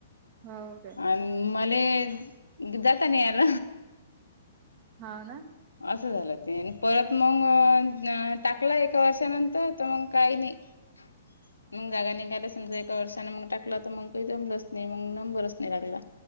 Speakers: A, on the right; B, on the left.
A: हो काय.
B: अन् मले जाता नाइ आल.
A: होना.
B: असं झालं ते परत मग टाकला एका वर्षानंतर तर मग काही नाही. <inaudible> मग जागा निघाल्या समजा एका वर्षाने मग टाकलं. तर मग काही जमलंच नाही. मग नंबरच नाही लागला.